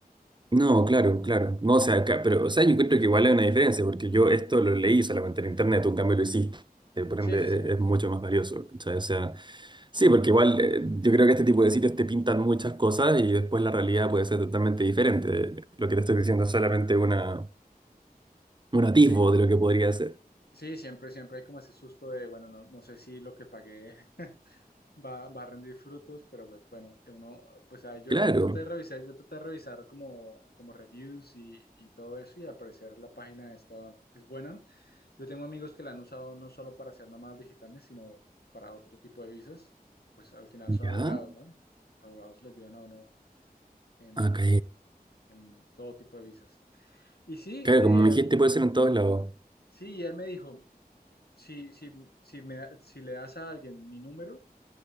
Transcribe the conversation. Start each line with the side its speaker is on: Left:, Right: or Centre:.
Right: No, claro, claro. No, o sea, acá- pero, o sea, yo creo que igual hay una diferencia, porque yo esto lo leí solamente en internet, tú en cambio lo hiciste, por
Left: Sí,
Right: ende
Left: sí, sí,
Right: es, es mucho más valioso, ¿cachai? O sea, sí, porque igual eh, yo creo que este tipo de sitios te pintan muchas cosas y después la realidad puede ser totalmente diferente. Lo que te estoy diciendo es solamente una, un atisbo
Left: sí,
Right: de lo que podría ser.
Left: sí, siempre, siempre hay como ese susto de, bueno, no, no sé si lo que pagué <laughs> va, va a rendir frutos, pero pues bueno, uno, pues ah, yo,
Right: Claro.
Left: yo traté de revisar, yo traté de revisar como, como reviews y, y todo eso, y al parecer la página esta es buena. Yo tengo amigos que la han usado no solo para hacer nómadas digitales, sino para otro tipo de visas, porque pues al final son
Right: Ya.
Left: abogados, ¿no? Los abogados le ayudan a uno en,
Right: Ok.
Left: en todo tipo de visas. Y sí,
Right: Claro,
Left: eh,
Right: como me dijiste, puede ser en todos lados.
Left: sí, y él me dijo, si, si, si, me, da- si le das a alguien mi número,